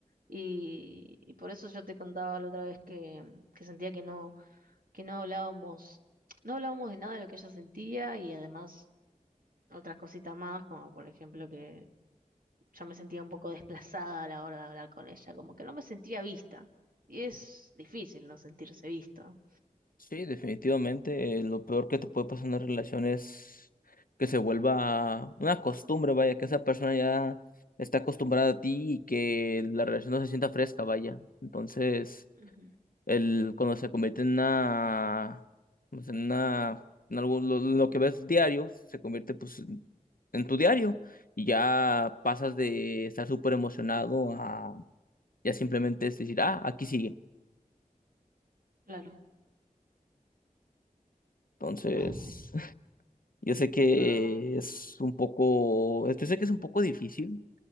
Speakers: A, on the right; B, on the left.
A: Y, y por eso yo te contaba la otra vez que, que sentía que no, que no hablábamos, no hablábamos de nada de lo que ella sentía y además otras cositas más, como por ejemplo que yo me sentía un poco desplazada a la hora de hablar con ella, como que no me sentía vista. Y es difícil no sentirse visto.
B: Sí, definitivamente, eh, lo peor que te puede pasar en una relación es que se vuelva una costumbre, vaya, que esa persona ya está acostumbrada a ti y que la relación no se sienta fresca, vaya. Entonces...
A: Ujú,
B: el, cuando se convierte en una, pues, en una, en algo, lo, lo que ves diario, se convierte pues en, en tu diario y ya pasas de estar súper emocionado a ya simplemente es decir, ah, aquí sigue.
A: Claro.
B: Entonces,
A: <laughs> Oh,
B: <laughs> yo sé que
A: No.
B: es un poco, yo sé que es un poco difícil